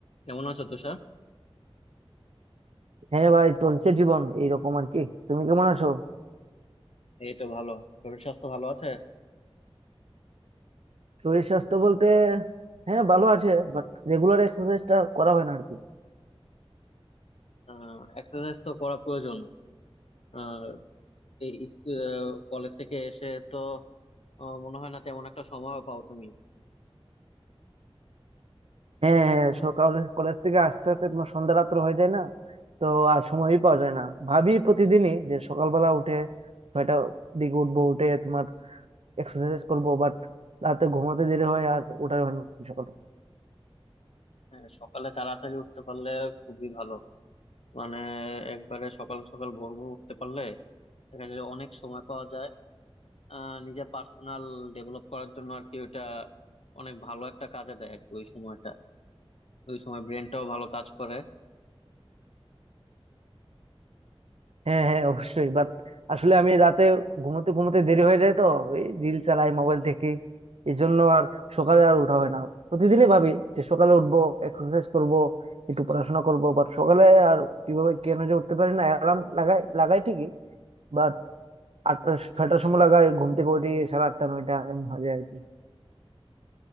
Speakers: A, on the left; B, on the right.
A: কেমন আছো তুষার
B: হ্যাঁ ভাই চলছে জীবন এইরকম আর কি তুমি কেমন আছো
A: এই তো ভালো শরীর স্বাস্থ্য ভালো আছে
B: শরীর স্বাস্থ্য বলতে হ্যাঁ ভালো আছে বাট রেগুলার এক্সারসাইজটা করা হয় না আর কি
A: আহ এক্সারসাইজ তো করা প্রয়োজন আহ এই ইস- আহ, কলেজ থেকে এসে তো আহ, মনে হয় না তেমন একটা সময় পাও তুমি
B: হ্যাঁ হ্যাঁ সকাল কলেজ থেকে আস্তে আস্তে তোমার সন্ধ্যা রাত্র হয়ে যায় না তো আর সময়ই পাওয়া যায় না ভাবি প্রতিদিনই যে সকালবেলা উঠে ছয়টা দিকে উঠবো উঠে তোমার এক্সারসাইজ করবো বাট রাতে ঘুমাতে দেরি হয় আর ওঠাই হয় না সকালে
A: আহ, সকালে তাড়াতাড়ি উঠতে পারলে খুবই ভালো মানে একবারে সকাল সকাল ভোর ভোর উঠতে পারলে দেখা যায় যে অনেক সময় পাওয়া যায় আহ নিজের পার্সোনাল ডেভেলপ করার জন্য আর কি ওইটা অনেক ভালো একটা কাজে দেয় আর কি ওই সময়টা ওই সময় ব্রেনটাও ভালো কাজ করে
B: হ্যাঁ হ্যাঁ অবশ্যই বাট আসলে আমি রাতে ঘুমোতে ঘুমোতে দেরি হয়ে যায় তো এই রিল চালাই মোবাইল থেকে এই জন্য আর সকালে আর উঠা হয় না প্রতিদিনই ভাবি যে সকালে উঠবো এক্সারসাইজ করব একটু পড়াশোনা করব বাট সকালে আর কিভাবে কেন যে উঠতে পারি না অ্যালার্ম লাগাই লাগাই ঠিকই বাট আটটা ছয়টার সময় লাগাই ঘুম থেকে উঠে সাড়ে আটটা নয়টা এমন হয়ে যায় আর কি